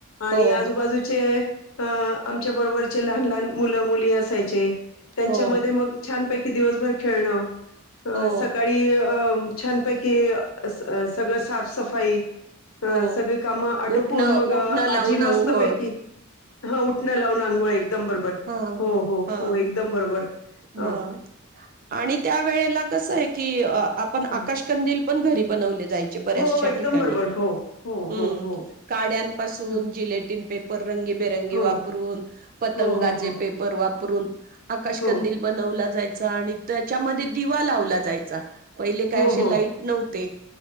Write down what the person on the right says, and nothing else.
हो
हो
हो
हो
उठणं
उठणं लावून
आंघोळ
हा
हा
हा आणि त्या वेळेला कस आहे की आपण
आकाशकंदील पण घरी बनवलेत जायचे बऱ्याचशा
ठिकाणी
हम्म
काड्यांपासून
जिलेटिन पेपर रंगीबेरंगी
वापरून पतंगाचे
पेपर वाप परून आकाशकंदील
बनवला जाय चा आणि त्याच्यामध्ये दिवा लावला जायचा. पहिले काय
असे
लाईट नव्हते